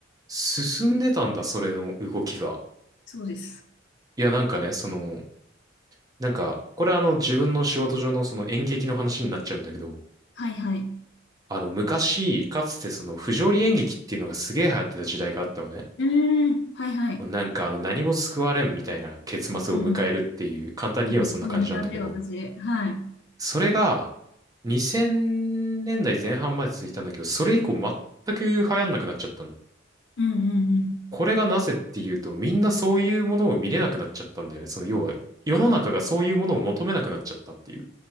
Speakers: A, on the right; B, on the left.
A: 進んでたんだ、それの動きが。
B: そうです。
A: いや、なんかね、その、なんか、これあの、自分の仕事上のその演劇の話になっちゃうんだけど、
B: はいはい。
A: あの、昔、かつてその、不条理演劇っていうのがすげえ流行ってた時代があったのね。
B: うーん。はいはい。
A: もうなんかあの何も救われんみたいな結末を迎えるっていう、
B: うん。
A: 簡単に言えばそんな感じなんだけど、
B: もうすごい苦手、私。はい。う
A: それが2000年代前半まで続いたんだけど、それ以降全く流行んなくなっちゃったの。
B: んうんうん。
A: これがなぜっていうと、みんなそういうものを見れなくなっちゃったんだよね。その要は世の中がそういうものを求めなくなっちゃったっていう。